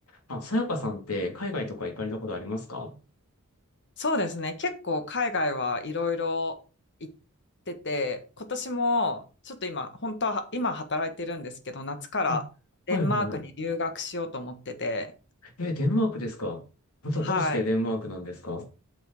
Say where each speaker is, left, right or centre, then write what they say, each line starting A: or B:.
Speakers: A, on the left (about 80°); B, on the left (about 55°).
A: あ、さやかさんって海外とか行かれたことありますか
B: そうですね。結構海外はいろいろ行ってて、今年もちょっと今、本当は今働いてるんですけど、夏からデンマークに留学しようと思ってて、
A: あ、はいはいはい。え、デンマークですかまたどうしてデンマークなんですか
B: はい。